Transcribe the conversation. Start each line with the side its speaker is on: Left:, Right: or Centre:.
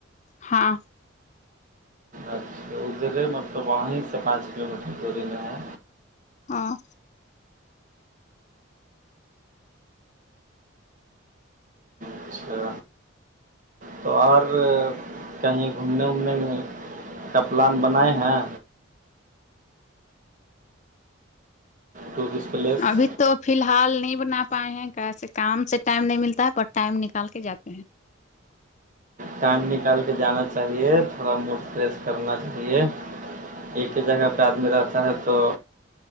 Left: ہاں
Right: اچھا ادھرے مطلب وہیں سے پانچ کلو میٹر دوری میں ہے
Left: ہاں
Right: اچھا تو اور کہیں گھومنے وومنے میں کا پلان بنائے ہیں ٹورسٹ پلیس
Left: ابھی تو فی الحال نہیں بنا پائے ہیں کیسے کام سے ٹائم نہیں ملتا ہے پر ٹائم نکال کے جاتے ہیں
Right: ٹائم نکال کے جانا چاہیے تھوڑا موڈ فریش کرنا چاہیے ایک ہی جگہ پہ آدمی رہتا ہے تو